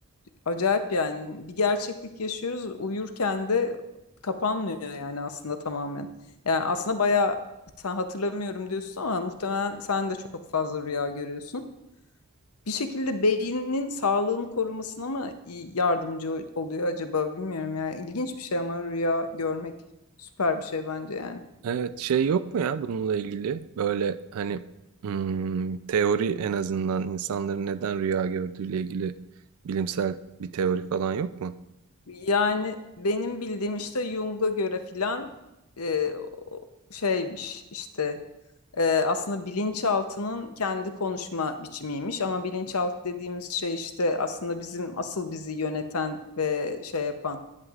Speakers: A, on the left (about 85°); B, on the right (about 75°).
A: Acayip yani bir gerçeklik yaşıyoruz uyurken de kapanmıyor yani aslında tamamen. Yani aslında bayağı sen hatırlamıyorum diyorsun ama muhtemelen sen de çok fazla rüya görüyorsun. Bir şekilde beynin sağlığını korumasına mı iyi- yardımcı ol- oluyor acaba bilmiyorum ya. İlginç bir şey ama rüya görmek süper bir şey bence yani.
B: Evet şey yok mu ya bununla ilgili böyle hani hmm, teori en azından insanların neden rüya gördüğüyle ilgili bilimsel bir teori falan yok mu?
A: Yani benim bildiğim işte Jung'a göre filan e, o- şeymiş işte e, aslında bilinçaltının kendi konuşma biçimiymiş ama bilinçaltı dediğimiz şey işte aslında bizim asıl bizi yöneten ve şey yapan